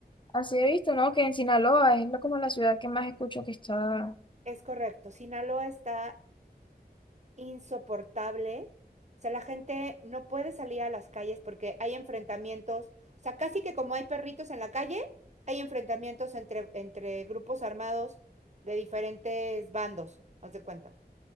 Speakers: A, on the left (about 30°); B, on the right (about 40°).
A: Así he visto, ¿no? Que en Sinaloa es lo- como la ciudad que más escucho que está
B: es correcto, Sinaloa está insoportable. O sea, la gente no puede salir a las calles porque hay enfrentamientos. O sea, casi que como hay perritos en la calle, hay enfrentamientos entre, entre grupos armados de diferentes bandos, haz de cuenta.